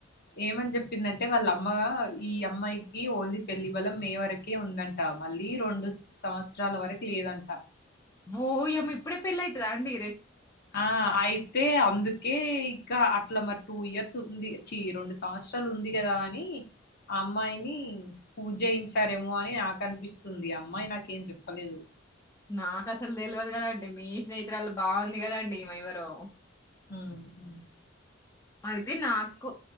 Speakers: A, on the left; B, on the left.
A: ఏమని చెప్పిందంటే వాళ్ళ అమ్మ ఈ అమ్మాయికి ఓన్లీ పెళ్లి బలం మే వరకే ఉందంట మళ్ళీ రెండు సంవత్సరాల వరకు లేదంట
B: ఓయమ్మ ఇప్పుడే పెళ్లి అయితదాఅండి
A: ఆ అయితే అందుకే ఇంకా అట్లా మరి టూ ఇయర్స్ ఉంది చి రెండు సంవత్సరాలు ఉంది కదా అని ఆ అమ్మాయిని పూజెేయించారేమో అని నాకు అనిపిస్తుంది అమ్మాయి నాకేం చెప్పలేదు
B: నాకు అసలు తెలవదు కదండి మీ స్నేహితురాలు బాగుంది కదండి ఈమె ఎవరో
A: ఉమ్
B: అయితే నాకు